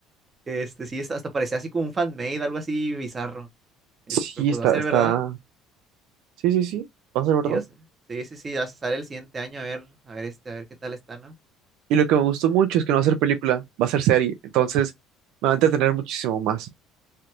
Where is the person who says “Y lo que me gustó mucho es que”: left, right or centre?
Right